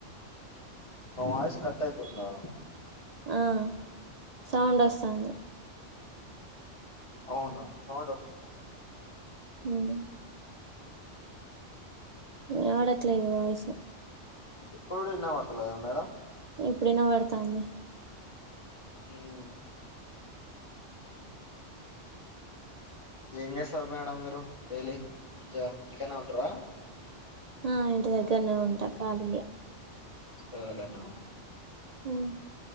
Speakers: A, on the left; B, on the right.
A: నా వాయిస్ కట్ ఐతుందా
B: ఆహ్ సౌండ్ వస్తంది
A: అవును సౌండ్ అస్తు
B: హ్మ్మ్ ఇనపడట్లేదు మీ వాయిసు
A: ఇప్పుడు కూడా ఇనవడతలేదా మేడం
B: ఇప్పుడు వినవాడతాంది
A: హ్మ్మ్ ఏం చేస్తారు మేడం మీరు డైలీ ఇక ఇంట్లోనే ఉంటారా
B: ఆ ఇంటి దగ్గరనే ఉంటా ఖాళీగా
A: ఖాళీనా
B: హ్మ్